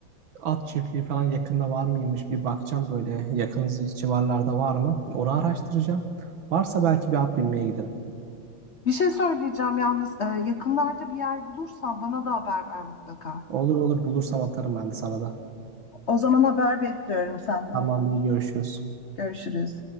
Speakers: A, on the right (about 65°); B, on the left (about 85°).
A: at çiftliği falan yakında var mıymış bir bakacağım böyle yakın civarlarda var mı? Onu araştıracağım. Varsa belki bir at binmeye giderim.
B: Bir şey söyleyeceğim yalnız e, yakınlarda bir yer bulursan bana da haber ver mutlaka.
A: Olur olur bulursam atarım ben de sana da.
B: O zaman haber bekliyorum senden.
A: Tamam, iyi görüşürüz.
B: Görüşürüz.